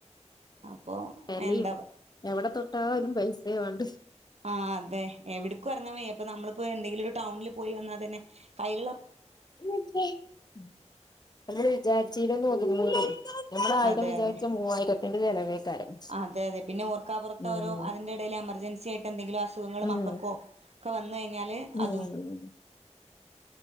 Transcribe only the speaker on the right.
അപ്പൊ
എന്താ
ആഹ് അതെ എവട്ക്കും എറങ്ങാൻ വയ്യ ഇപ്പൊ നമ്മള്പ്പോ എന്തെങ്കിലും ഒര് ടൗണില് പോയി വന്നാ തന്നെ കയ്യ്ല്ള്ള
അതെ
അതെ
അതെ അതെ പിന്നെ ഓർക്കാപ്പുറത്തോരോ
അതിന്റെ എടേല് എമർജൻസ്യായിട്ടെന്തെങ്കിലും അസ് സുഖങ്ങള്
മക്കക്കോ ഒക്ക വന്ന് കൈഞ്ഞാല്
അതും